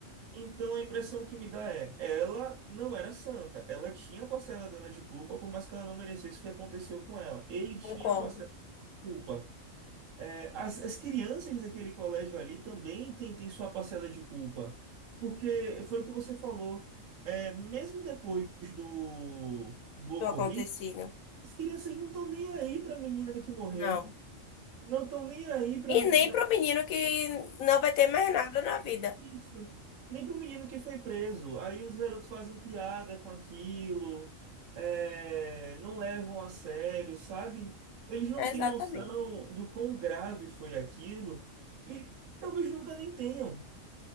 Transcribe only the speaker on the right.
Então a impressão que me dá é, ela não era santa. Ela tinha a parcela dela de culpa, por mais que ela não merecesse o que aconteceu com ela. Ele tinha
a parcela de culpa. É, as, as crianças daquele colégio ali também têm têm sua parcela de culpa, porque foi o que você falou, é, mesmo depois do, do ocorrido,
as crianças não estão nem aí para a menina que morreu,
não estão nem aí para
a menina
isso, nem para o menino que foi preso. Aí os garotos fazem piada com aquilo, é, não levam a sério, sabe? Eles não
têm noção do quão grave foi aquilo e talvez nunca nem tenham.